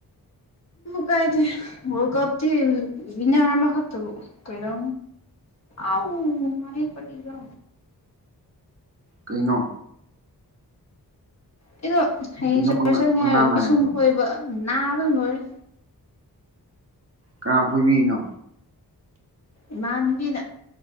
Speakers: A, on the left; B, on the right.
A: ꯀꯥꯏꯗꯤ ꯀꯞꯗꯤ ꯕꯤꯅꯥ ꯃꯔꯔ ꯍꯥ ꯇꯕꯨ ꯀꯔ ꯑꯥꯎ ꯃꯥꯅꯦꯦ ꯄꯗ
B: ꯀꯩꯩꯅꯣ
A: ꯑꯩꯗꯣ ꯍꯌꯦꯡ
B: ꯀꯩꯅꯣ
A: ꯆ
B: ꯄꯪꯅꯥ
A: ꯆꯠꯅꯤ
B: ꯄꯪꯅꯥ
A: ꯍꯥꯏꯔ
B: ꯅꯥꯏꯔꯤꯗꯣ
A: ꯄꯤꯁꯨꯝ ꯀꯣꯏꯕ ꯅꯥꯕ ꯃꯣꯏꯔꯦ
B: ꯀꯌꯥꯝꯝ ꯐꯣꯏꯕꯤꯔꯤꯅꯣ
A: ꯏꯃꯥꯅꯕꯤꯅ